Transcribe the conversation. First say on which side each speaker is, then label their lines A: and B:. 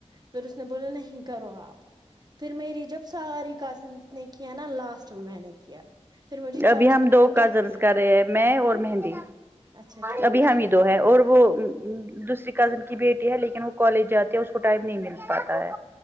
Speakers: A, on the right; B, on the right.
A: پھر اس نے بولا نہیں کرو آپ پھر میری جب ساری کزنس نے کیا نا لاسٹ میں میں نے کیا پھر مجھے چاچی
B: ابھی ہم
A: نے بولا
B: دو
A: کیا
B: کازنس
A: ہو گیا
B: کر رہے ہیں میں اور مہندی
A: اچھا ٹھیک
B: ابھی ہم ہی دو ہے اور وہ دوسری کزن کی بیٹی ہے لیکن وہ کالج جاتے ہے اس کو ٹائم نہیں مل پاتا ہے